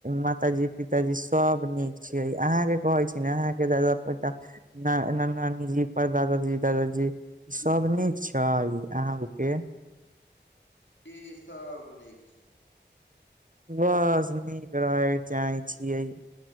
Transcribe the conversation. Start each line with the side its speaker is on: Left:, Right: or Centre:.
Right: माताजी पिताजी सब निक छियै अहाँ के कहै छी ने अहाँ के दादा प्रदादा न न नानीजी प्रदादा जी दादाजी सब निक छै य आहम के
Left: इ सब निक छै
Right: बस निक रहै चाहै छियै